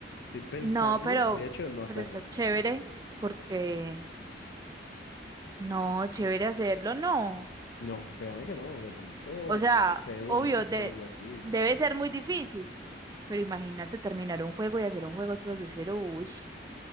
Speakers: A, on the left; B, on the right.
A: Estoy pensando,
B: No, pero,
A: de hecho, en no hacerlo.
B: pero está chévere porque no, chévere hacerlo, no.
A: No, créame que no, de pronto,
B: O sea,
A: porque se ve bonito
B: obvio, de-
A: y así.
B: debe ser muy difícil, pero imagínate terminar un juego y hacer un juego tú desde cero, uy,